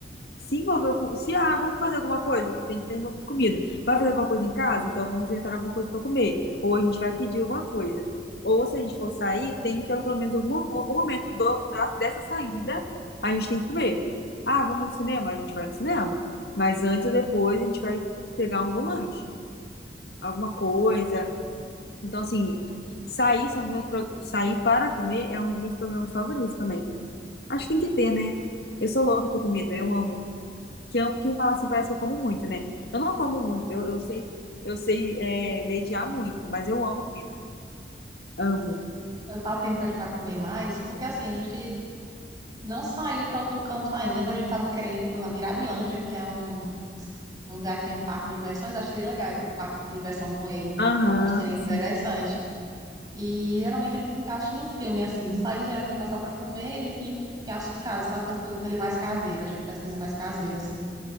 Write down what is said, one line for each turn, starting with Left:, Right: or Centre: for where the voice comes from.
Left: se envolveu com. Se, ah, vamos fazer alguma coisa, que tem que ter envolvido comida. Vai fazer alguma coisa em casa? Então vamos inventar alguma coisa para comer. Ou a gente vai pedir alguma coisa. Ou se a gente for sair, tem que ter pelo menos algum, algum momento do, da, dessa saída, a gente tem que comer. Ah, vamos no cinema? A gente vai no cinema. Mas antes ou depois a gente vai pegar algum lanche, alguma coisa. Então, assim, sair, são os meus, pro- sair para comer é um dos meus programas favoritos também. Acho que tem que ter, né? Eu sou louca por comida, eu amo que eu- quem fala assim parece que eu como muito, né? Eu não como muito, eu, eu sei, eu sei é, mediar muito, mas eu amo comida. Amo.
Right: Eu falo que a gente pede pra comer mais, porque assim, a gente não saiu pra outro canto ainda, mas a gente tava querendo ir pra Mirabilândia, que é um, um lugar que tem um parque de diversões. Acho que seria legal ir pro parque de diversão com ele.
Left: Aham,
Right: Acho que seria interessante.
Left: sim.
Right: E geralmente a gente fica em casa no filme, assim. Sair geralmente é pra só pra comer, e a gente fica em casa, sabe? Faz coisa coisa mais caseira. A gente faz coisa mais caseira, assim.